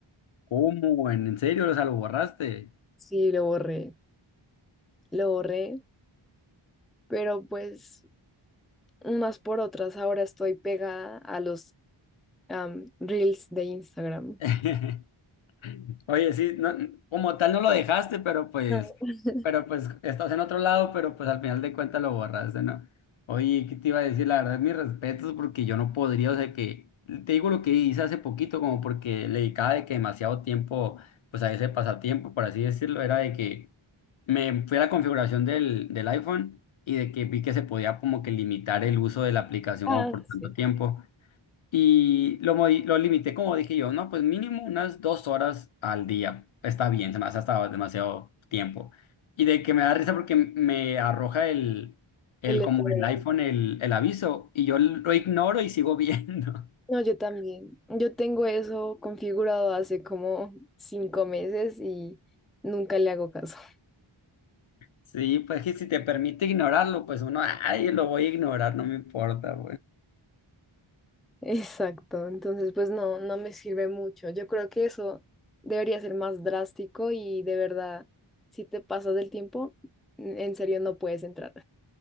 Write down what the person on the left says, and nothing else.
¿Cómo? ¿En, en serio? O sea, lo borraste.
<laughs> Oye, sí, no- como tal no lo dejaste, pero pues,
pero pues estás en otro lado, pero pues al final de cuentas lo borraste, ¿no? Oye, ¿qué te iba a decir? La verdad, mis respetos, porque yo no podría, o sea que, te digo lo que hice hace poquito, como porque le dedicaba de que demasiado tiempo, pues a ese pasatiempo, por así decirlo, era de que me fui a la configuración del, del iPhone y de que vi que se podía como que limitar el uso de la aplicación
como por
tanto tiempo. Y lo, modi- lo limité, como dije yo, no, pues mínimo unas dos horas al día. Está bien, se me hace hasta demasiado tiempo. Y de que me da risa porque me arroja el, el
como el iPhone, el, el aviso, y yo lo ignoro y sigo viendo. <laughs>
Sí, pues que si te permite ignorarlo, pues uno, ay, lo voy a ignorar, no me importa,